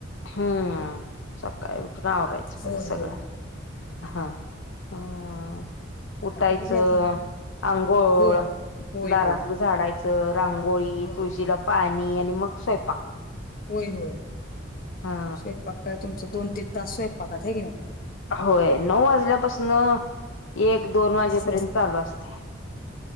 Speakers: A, on the left; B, on the left.
A: हम्म... सकाळी उठून आवरायचं...
B: होय
A: परत सगळं
B: होय
A: हा... हं उटायचं...
B: आता बघूया आता
A: आंघोळ...
B: हो होय
A: दारातलं
B: होय
A: झाडायचं... रांगोळी,
B: होय
A: तुळशीला पाणी आणि मग स्वयंपाक
B: होय होय...
A: हा
B: स्वयंपाक काय... तुमचा दोन तीन तास स्वयंपाकात... हाय की नाई
A: होय... नऊ वाजल्यापासनं... एक दोन वाजेपर्यंत
B: हो
A: चालू असतंय